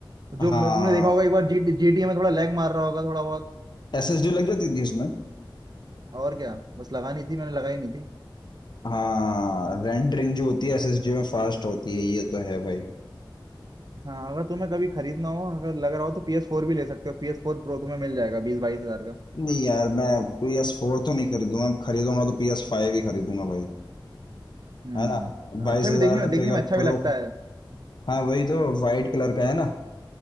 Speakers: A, on the right; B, on the left.
A: जो
B: हाँ
A: मैं तुमने देखा होगा एक बार जी जी में थोड़ा लैग मार रहा होगा थोड़ा बहुत
B: एसएसडी लग जाती थी इसमें
A: और क्या बस लगानी थी मैंने लगाई नहीं थी
B: हाँ रेंडरिंग जो होती है एसएसडी में फास्ट होती है ये तो है भाई
A: हाँ अगर तुम्हें कभी खरीदना हो अगर लग रहा हो तो PS4 भी ले सकते हो PS4 Pro तुम्हें मिल जाएगा बीस बाईस हजार का।
B: नहीं यार मैं PS4 फोर तो नहीं खरीदूंगा खरीदूंगा तो PS5 फाइव ही खरीदूंगा भाई
A: हम्म
B: है ना बाईस
A: अच्छा
B: हजार
A: भी देखने में
B: रुपये
A: देखने
B: का
A: में अच्छा भी
B: प्रो
A: लगता है
B: हाँ वही तो वाइट कलर का है ना